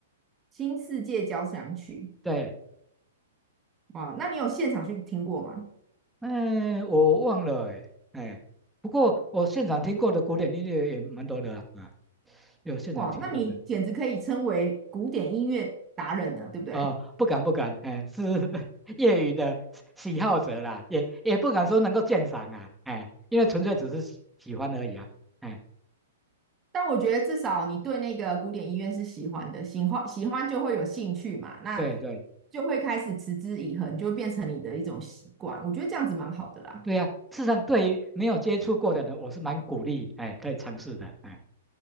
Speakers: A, on the right; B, in the centre.
A: 新世界交响曲，
B: 对。
A: 哇，那你有现场去听过吗？
B: 哎，我忘了哎哎，不过我现场听过的古典音乐也蛮多的啊，啊有现场听过的
A: 哇，那你简直可以称为古典音乐达人呢，对不对？
B: 啊，不敢不敢，哎，是 <laughs> 业余的喜喜好者啦，也也不敢说能够鉴赏啊，哎，因为纯粹只是喜喜欢而已啊，哎，
A: 但我觉得至少你对那个古典音乐是喜欢的，喜欢喜欢就会有兴趣嘛，那
B: 对对
A: 就会开始持之以恒，就会变成你的一种习惯。我觉得这样子蛮好的啦。
B: 对呀、事实上对于没有接触过的人，我是蛮鼓励，哎，可以尝试的，哎，